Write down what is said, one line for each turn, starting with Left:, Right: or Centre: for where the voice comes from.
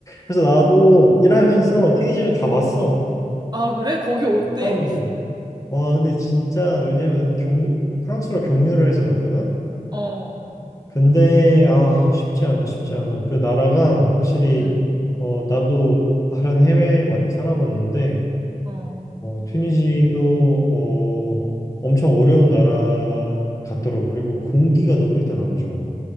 Left: 그래서 나도 일하면서 튀니지를 가봤어.
Right: 아, 그래? 거기 어때?
Left: 어, 처음으로. 와, 근데 진짜 왜냐면 경 프랑스로 경유를 해서 갔거든.
Right: 어,
Left: 근데 아, 쉽지 않아, 쉽지 않아. 그 나라가 확실히
Right: 응,
Left: 어 나도 다른 해외에 많이 살아봤는데
Right: 어.
Left: 어 튀니지도 어 엄청 어려운 나라 같더라고. 그리고 공기가 너무 일단 안 좋아.